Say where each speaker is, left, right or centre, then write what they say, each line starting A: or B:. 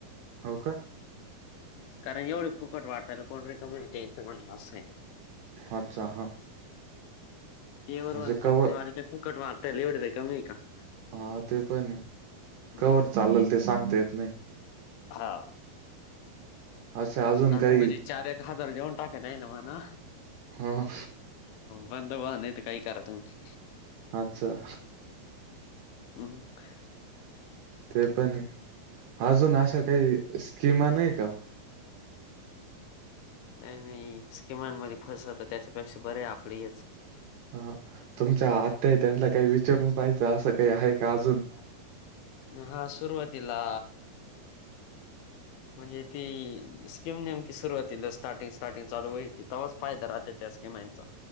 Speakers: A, on the right; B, on the left.
A: हाव का
B: कारण एवढे फुकट वाटायला कोण रिकाम होतील
A: अच्छा हा
B: <unintelligible> ते वर
A: म्हणजे कवर
B: कंपनी वाले काही फुकट वाटायला एवढ कमी आहे का
A: हा ते पण आहे
B: मग.
A: कवर चालेल ते सांगता येत नाही
B: हा
A: अशा अजून
B: चालले
A: काही
B: म्हणजे चार एक हजार घेऊन टाकाता येईल ना म्हणा
A: हा
B: बंद व्हा नाही तर काही करा तुम्ही
A: अच्छा
B: <inaudible>
A: ते पण आहे अजून अशा काही स्कीमा नाही का ओ
B: नाही का <inaudible> नाही -नाही स्किमांमध्ये फसवत त्याच्यापेक्षा बरं आहे आपलं हेच.
A: ह तुमच्या आत्यात्यांनला काही विचारून पाहियचं असं काही आहे का अजून
B: ह <inaudible> हा सुरवातीला.
A: <inaudible>
B: म्हणजे ती स्कीिम नेमकी सुरुवातीला स्टार्टिंग स्टार्टिंग चालू व्हाय त फायदा राहत त्या स्किमचा